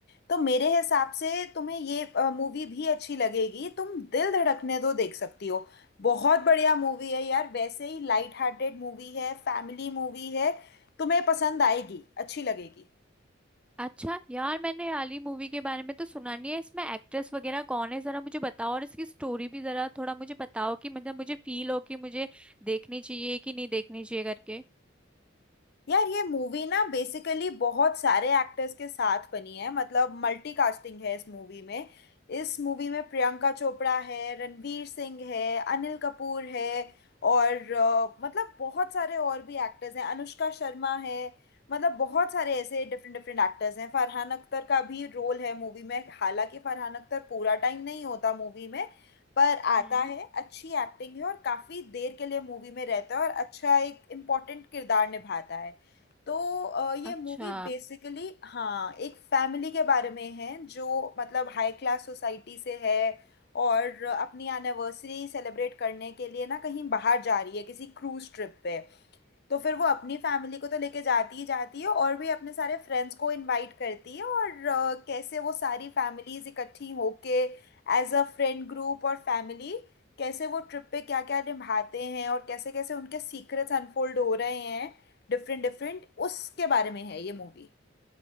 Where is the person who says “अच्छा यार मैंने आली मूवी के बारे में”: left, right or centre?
Centre